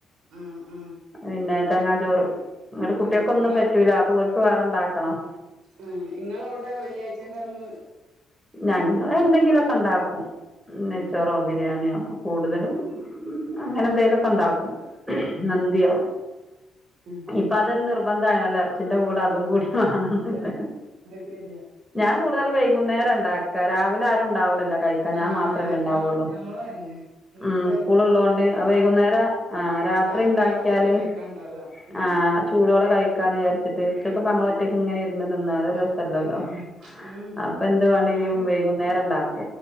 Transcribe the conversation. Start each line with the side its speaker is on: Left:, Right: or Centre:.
Right: മം മം
Centre: പിന്നെ തേങ്ങ ചോറ് ഇങ്ങടെ കുട്ടികക്ക്
Right: ഏഹ്
Centre: ഒന്നും
Right: ഇങ്ങള്
Centre: പറ്റൂല അപ്പം ഓല്ക്ക് വേറെ ഇണ്ടാക്കണം
Right: മം ഇങ്ങളവിടെ വെള്ളിയാഴ്ച എന്താന്ന്
Centre: ഞങ്ങള് എന്തെങ്കിലുവൊക്കെ ഉണ്ടാക്കും നെയ്ച്ചോറോ
Right: ആഹ്
Centre: ബിരിയാണിയോ കൂടുതലും മം അങ്ങനെ എന്തെേലുവൊക്കെ ഉണ്ടാക്കും മന്തിയോ
Right: മം
Centre: ഇപ്പൊ അതൊരു നിർബന്ധം ആയിണല്ലൊ എറച്ചിന്റെ കൂടെ അതും കൂടി വേണെന്നുള്ളത്
Right: ആഹ് അതന്നെ അത് ശരിയാ
Centre: ഞാൻ കൂടുതലും വൈകുന്നേരം ഉണ്ടാക്ക രാവിലെ ആരും ഉണ്ടാവൂലല്ലോ കഴി ക്ക ഞാൻ
Right: ആഹ്
Centre: മാത്രമല്ലേ ഉണ്ടാവുള്ളൂ
Right: ഞമ്മളും ഞമ്മളും തന്നെ ഇന്റെ
Centre: ഉം സ്കൂളുള്ളോണ്ട്
Right: ഇന്റെ പുയ്യാപ്പള
Centre: വൈകുന്നേരം ആഹ് രാത്രി
Right: രാത്രിയാ
Centre: ഉണ്ടാക്കിയാല്
Right: ഭക്ഷണം കഴിക്കാണ്ടാവ ഉം
Centre: ആഹ് ചൂടോടെ കഴിക്കാന്ന്ചാരിച്ച് <unintelligible>
Right: ഉം
Centre: നമ്മള്
Right: ഉം
Centre: ഒറ്റക്ക് ഇങ്ങനെ ഇരുന്ന് തിന്ന അതൊരു
Right: ആഹ്
Centre: രസല്ലല്ലോ
Right: അതന്നെ ഉം
Centre: അപ്പൊ എന്ത <unintelligible>
Right: ഞാനും
Centre: വൈകുന്നേരം ഉണ്ടാക്കും